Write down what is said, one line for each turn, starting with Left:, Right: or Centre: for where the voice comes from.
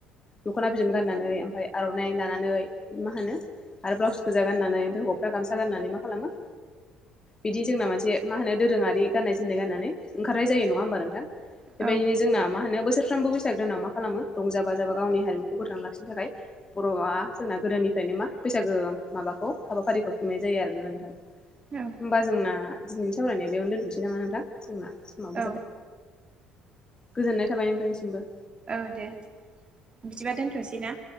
Left: दख'ना बिदन गाननानै ओमफ्राय आर'नाइ लानानै मा होनो आरो ब्लाउस गोजा गाननानै ओमफ्राय हौवाफोरा गामसा गाननानै मा खालामो बिदि जोंना मोनसे मा होनो दोरोङारि गाननाय जोमनाय गाननानै ओंखारनाय जायो नङा होमबा नोंथां बेबायदिनो
Right: औ
Left: जोंना मा होनो बोसोरफ्रोमबो बैसाग दानाव मा खालामो रंजाबा जाबा गावनि हारिमुखौ फोथांना लाखिनो थाखाय बर'आ जोंना गोदोनिफ्रायनो मा बैसागो माबाखौ हाबाफारिखौ खुंनाय जायो आरोना नोंथां
Right: औ
Left: होमबा जोंना दिनैनि सावरायनाया बेयावनो दोनथ'नोसै नामा नोंथां जोंना खोमाबो
Right: औ
Left: जाबाय गोजोननाय थाबाय नोंथांनिसिमबो
Right: औ दे बिदिबा दोनथ'सै ना